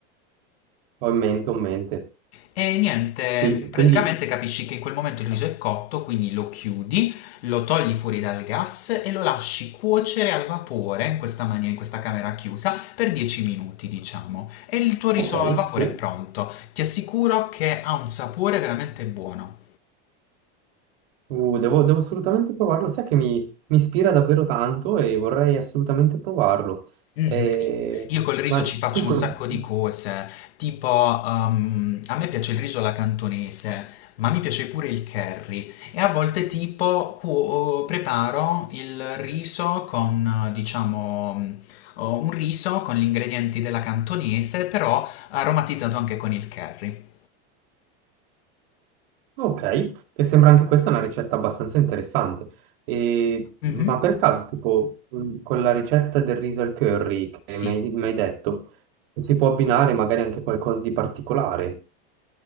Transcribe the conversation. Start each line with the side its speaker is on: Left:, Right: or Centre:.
Right: ho in mente, ho in mente.
Left: E niente,
Right: Sì,
Left: praticamente
Right: quindi,
Left: capisci che in quel momento il riso è cotto, quindi lo chiudi, lo togli fuori dal gas e lo lasci cuocere al vapore in questa maniera, in questa camera chiusa, per 10 minuti, diciamo. E il tuo riso
Right: ok,
Left: al vapore
Right: sì.
Left: è pronto. Ti assicuro che ha un sapore veramente buono.
Right: Uh, devo, devo assolutamente provarlo. Sai che mi, mi ispira davvero tanto e vorrei assolutamente provarlo.
Left: Mh-mh.
Right: Eh,
Left: Io col riso
Right: ma
Left: ci faccio
Right: tu... consigli?
Left: un sacco di cose, tipo, uhm, a me piace il riso alla cantonese, ma mi piace pure il curry e a volte tipo cuo preparo il riso con eh, diciamo, mhmm, uhm, un riso con gli ingredienti della cantonese, però aromatizzato anche con il curry.
Right: Ok, che sembra anche questa una ricetta abbastanza interessante. E- ma
Left: Mh-mh.
Right: per caso, tipo, mh, con la ricetta del riso al curry che
Left: Sì.
Right: mi mi hai detto, si può abbinare magari anche qualcosa di particolare?